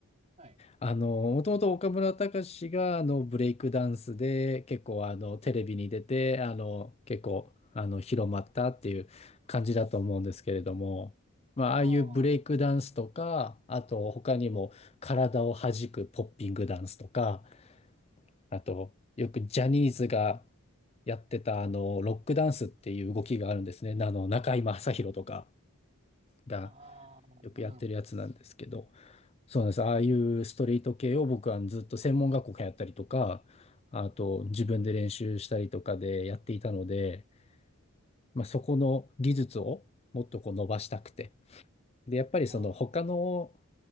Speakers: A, on the right; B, on the left.
A: はい。
B: あの、もともと岡村隆史があのブレイクダンスで結構あのテレビに出てあの結構あの広まったっていう感じだと思うんですけれども、まあ、ああいうブレイクダンスとか、
A: あ
B: あと他にも体を弾くポッピングダンスとか、あとよくジャニーズがやってたあのロックダンスっていう動きがあるんですね。あの中居正広とかが
A: あ、ああ、
B: よくやってるやつなんですけど。
A: なるほど。
B: そうなんです。ああいうストリート系を僕はずっと専門学校通ったりとか、あと自分で練習したりとかでやっていたので、まあ、そこの技術をもっとこう伸ばしたくて。で、やっぱりその他の
A: あ